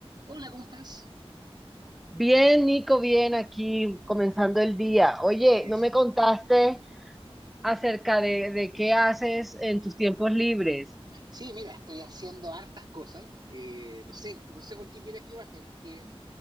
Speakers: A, on the right; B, in the centre.
A: Hola, ¿cómo estás?
B: Bien, Nico, bien, aquí comenzando el día. Oye,
A: Eso.
B: no me contaste acerca de, de qué haces en tus tiempos libres.
A: Sí, mira, estoy haciendo hartas cosas. Eh, no sé, no sé por qué quieres que parte, porque